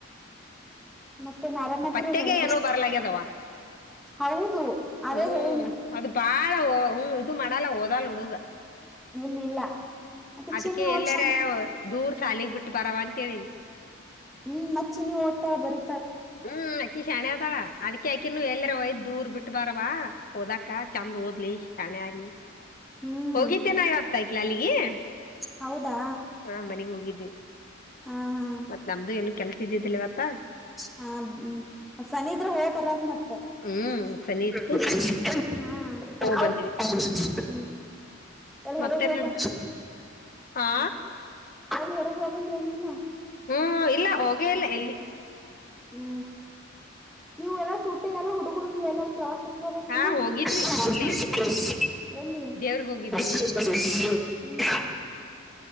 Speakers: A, in the centre; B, on the left (about 45°).
A: ಮತ್ತೆ ಆರಾಮದಿರಲ್ಲ
B: ಪತ್ತೆಗೆ
A: ಎಲ್ಲರು
B: ಏನು ಬರ್ಲಾಗ್ಯದವ
A: ಹೌದು ಅದೇ
B: ಹ್ಮ್
A: ಹೇಳಿನ
B: ಅದು ಬಾಳ ಹ್ಮ್ ಇದು ಮಾಡಲ್ಲ ಹಓದಲ್ ಹುಡುಗ
A: ಇಲ್ಲ ಇಲ್ಲ ಮತ್ತೆ
B: ಅದಕ್ಕೆ
A: ಚಿನ್ನಿ ಓದ್ತಾಳ
B: ಎಲ್ಲಾರ ದೂರ್ ಸಾಲಗ್ ಬಿಟ್ಟ ಬರವಂತಿವಿ
A: ಹ್ಮ್ ಮಚ್ಚೆ ನೀವುಓಡ್ತಾ ಬರೀ
B: ಹ್ಮ್ ಅಕ್ಕಿ ಶಣೆ ಅದಾಳ ಅದ್ಕ ಅಕಿನು ಎಲ್ಲರ ಒಯ್ ದೂರ್ ಬಿಟ್ಟ ಬಾರ ಪಾ ಓದಕ್ಕ ಚಂದ್ ಓದ್ಲಿ. <unintelligible> ಶ್ಯಾನೆ ಆಗಲಿ
A: ಹ್ಮ್
B: ಹೋಗಿದ್ದೇ ನಾ ಯತ್ತಲ ಅಲ್ಲಿಗೆ, <unintelligible>
A: ಹೌದಾ
B: ಹಾ ಮನೆಗ್ ಹೋಗಿದ್ವಿ
A: ಹಾ ಹಾ
B: ಮತ್ತ ನಮ್ದು ಏನು ಕೆಲಸ ಇದಿದ್ದಿಲ್ಲ ಇವತ್ತ ತಾ <unintelligible>
A: ಹಾ ಸನಿ ಇದ್ರ ಹೋಗ ಬರೋಗ ಮತ್ತ?
B: ಹ್ಮ್
A: <unintelligible>
B: ಸನಿ
A: ಹು
B: ಇತ್ತು
A: ಹ <unintelligible>
B: ಹೋಗ್ ಬಂದ್ವಿ
A: <inaudible> ಹು
B: ಮತ್ತೇನ್
A: ಹೊರಗ ಹೋಗ
B: ನಡ್ದ
A: ಬಾ <unintelligible>
B: ಆ
A: ಎಲ್ಲಿ ಹೋರೋಗಲ್ಲ ನೀನ್ <unintelligible>
B: ಹೂ ಇಲ್ಲ ಹೋಗೇ ಇಲ್ಲ ಎಲ್ಲಿ? <unintelligible>
A: ಹೂ ನೀವು ಎಲ್ಲಾ ಸೂಟ್ಟೆಗೆಲ್ಲ ಹುಡುಗರು ನೀ ಎಲ್ಲಾರು ಪ್ರವಾಸ <unintelligible> ಹೊರಗ
B: ಹಾ ಹೋಗಿದ್ವಿ ಇಲ್ಲೇ
A: ಹೋಕೀ ಯಾನ್ <inaudible> ಎಲ್ಲಿ?
B: ದೇವ್ರಗ್ ಹೋಗಿದ್ವಿ
A: <unintelligible> <inaudible> <unintelligible>